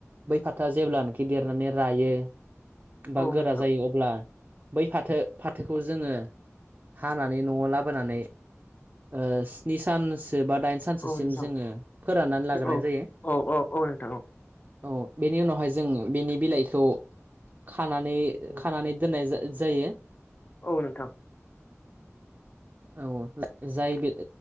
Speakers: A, on the right (about 40°); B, on the left (about 35°).
A: बै फाथोआ जेब्लानाखि रायो बा
B: औ
A: गोरा
B: नोंथां
A: जायो अब्ला बै फाथो फाथोखौ जोङो हानानै न'आव लाबोनानै ओ स्नि सानस बा दाइन सानसेसिम
B: औ नोंथां
A: जोङो फोराननानै लाग्रोनाय
B: औ
A: जायो।
B: औ औ औ नोंथां औ
A: औ बेनि उनावहाय जों बेनि बिलाइखौ खानानै खानानै जा जायो।
B: औ नोंथां।
A: औ जाय बि-